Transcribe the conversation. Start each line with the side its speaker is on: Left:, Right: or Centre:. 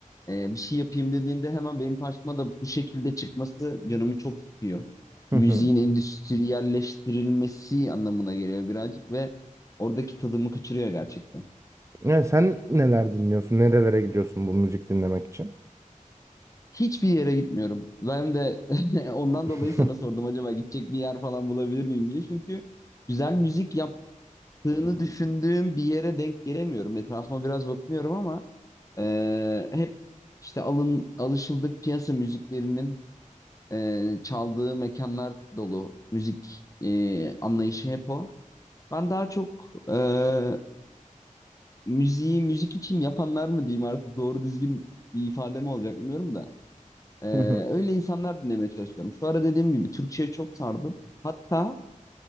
Left: eee, bir şey yapayım dediğinde hemen benim karşıma da bu şekilde çıkması canımı çok sıkıyor.
Right: Hı
Left: Müziğin
Right: hı.
Left: endüstriyelleştirilmesi anlamına geliyor birazcık ve oradaki tadımı kaçırıyor gerçekten.
Right: Yani sen neler dinliyorsun? Nerelere gidiyorsun bu müzik dinlemek için?
Left: Hiçbir yere gitmiyorum. Ben de <laughs> ondan
Right: <laughs>
Left: dolayı sana sordum acaba gidecek bir yer falan bulabilir miyim diye. Çünkü güzel müzik yaptığını düşündüğüm bir yere denk gelemiyorum. Etrafıma biraz bakınıyorum ama Ee, hep işte alın alışıldık piyasa müziklerinin e, çaldığı mekanlar dolu müzik e, anlayışı hep o. Ben daha çok e, müziği müzik için yapanlar mı diyeyim artık doğru düzgün bir ifade mi olacak bilmiyorum da. E,
Right: Hı hı.
Left: öyle insanlar dinlemeye çalışıyorum. Şu ara dediğim gibi Türkçe'ye çok sardım. Hatta